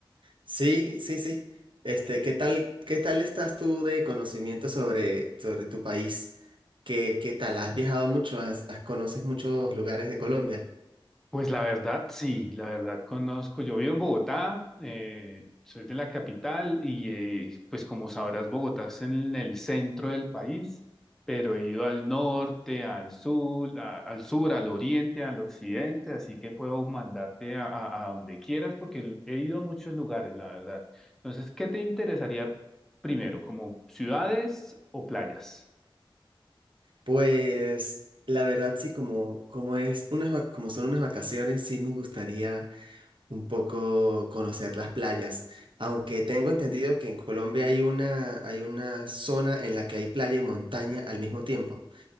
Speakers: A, on the right; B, in the centre.
A: Sí, sí, sí. Este, ¿qué tal, qué tal estás tú de conocimiento sobre, sobre tu país? ¿Qué, qué tal? ¿Has viajado mucho? ¿Has- has- conoces muchos lugares de Colombia?
B: Pues la verdad, sí, la verdad conozco. Yo vivo en Bogotá, eh, soy de la capital y eh, pues como sabrás, Bogotá es en el centro del país, pero he ido al norte, al sur, a- al sur, al oriente, al occidente, así que puedo mandarte a, a- a donde quieras porque he ido a muchos lugares, la verdad. Entonces, ¿qué te interesaría primero, como ciudades o playas?
A: Pues la verdad sí, como, como es unas, vac- como son unas vacaciones, sí me gustaría un poco conocer las playas. Aunque tengo entendido que en Colombia hay una, hay una zona en la que hay playa y montaña al mismo tiempo.